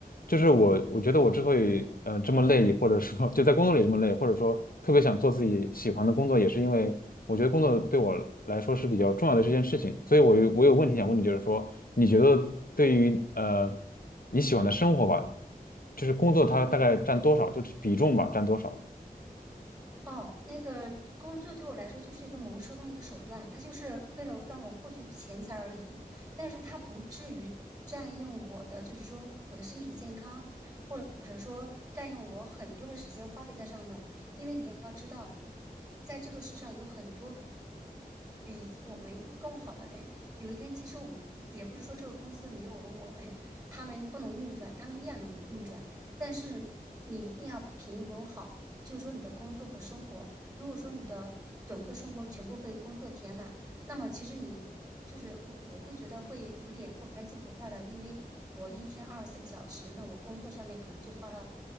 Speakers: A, on the left; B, on the right.
A: 就是我，我觉得我之所以呃这么累，或者说 <laughs> 就在工作里这么累，或者说特别想做自己喜欢的工作，也是因为我觉得工作对我来说是比较重要的这件事情。所以我有我有问题想问你，就是说，你觉得对于呃你喜欢的生活吧，就是工作它大概占多少，就是比重吧，占多少？
B: 哦，那个工作对我来说就是一个谋生的一个手段，它就是为了让我获取钱财而已，但是它不至于占用我的，就是说我的身体健康，或者说占用我很多的时间花费在上的。因为你要知道，在这个世上有很多比我们更好的人，有一天即使我们不，也不是说这个公司没有了我们，他们不能运转，他们依然能运转，但是你一定要平衡好。就是说你的工作和生活，如果说你的整个生活全部被工作填满，那么其实你就是我，我会觉得会有点不开心、不快乐，因为我一天二十四个小时，那我工作上面可能就花了